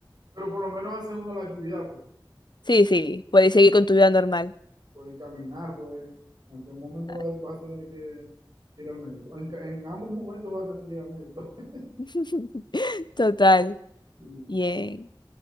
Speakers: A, on the right (about 55°); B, on the left (about 60°).
A: Pero por lo menos hace uno la actividad, pues,
B: Sí, sí, puedes seguir con tu
A: sí,
B: vida normal.
A: puede caminar, puede, en un momento
B: Ah.
A: vas, vas a tener que, que ir al médico. En, ca- en ambos momentos vas a tener que ir al médico. <laughs>
B: <laughs> Total.
A: Sí,
B: Bien.